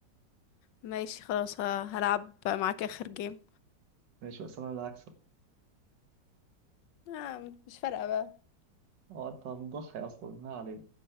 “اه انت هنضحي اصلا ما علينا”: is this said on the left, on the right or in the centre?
Right